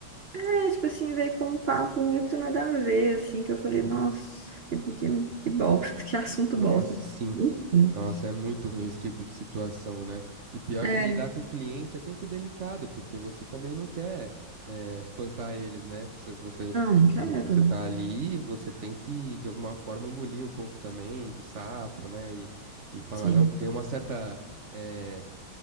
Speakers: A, on the right; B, on the right.
A: é, tipo assim, veio com um papo muito nada a ver, assim, que eu falei, nossa, que, que, que bosta, <laughs> que assunto
B: Nossa,
A: bosta.
B: sim.
A: Enfim.
B: Nossa, é muito ruim esse tipo de situação, né? E pior
A: É,
B: que lidar com cliente é sempre delicado, porque você também não quer, eh, espantar eles, né? Você, você,
A: não, não
B: enfim,
A: quero.
B: você tá ali, você tem que, de alguma forma, engolir um pouco também do sapo, né? E, e falar,
A: Sim,
B: não, tem uma certa. eh,